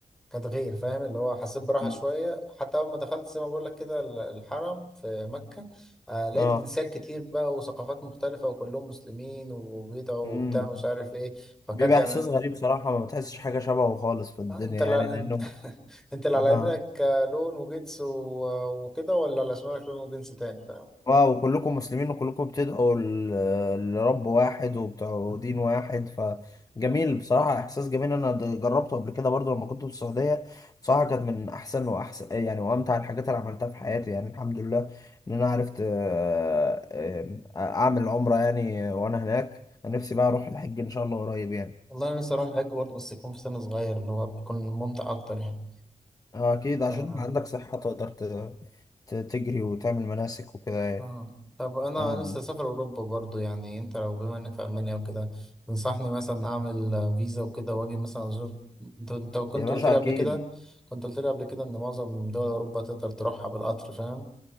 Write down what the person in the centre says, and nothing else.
كانت غير فاهم اللي هو حسيت براحة
شوية حتى أول ما دخلت زي ما بقول لك كده ال- الحرم في مكة آه لقيت
جنسيات كتير بقى وثقافات مختلفة وكلهم مسلمين وبيدعوا
وبتاع مش عارف إيه فكانت
يعني
آه أنت لا
أنت <laughs> أنت اللي
على يمينك آه، لون وجنس و- وكده ولا على شمالك لون وجنس تاني فاهم
والله أنا نفسي أروح الحج برضه بس يكون في سن صغير اللي هو بيكون ممتع أكتر يعني
آه.
اه طب انا
لسه سافر اوروبا برضو يعني انت لو بما انك في المانيا وكده تنصحني مثلا اعمل فيزا وكده واجي مثلا ازور انت أنت كنت
قلت لي قبل
كده كنت قلت لي قبل كده ان معظم دول اوروبا تقدر تروحها بالقطر فاهم